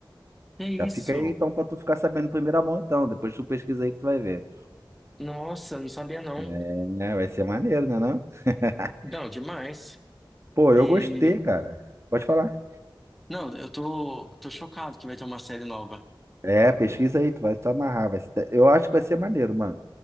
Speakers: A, in the centre; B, on the right.
A: que isso?
B: Já fica aí então pra tu ficar sabendo em primeira mão, então. Depois tu pesquisa aí que tu vai ver.
A: Nossa, não sabia não.
B: É, né? Vai ser maneiro, né, não? <laughs>
A: Não, demais.
B: Pô, eu
A: E
B: gostei, cara. Pode falar.
A: não, eu tô, tô chocado que vai ter uma série nova.
B: É, pesquisa aí, tu vai se amarrar. Vai se- Eu acho que vai ser maneiro, mano.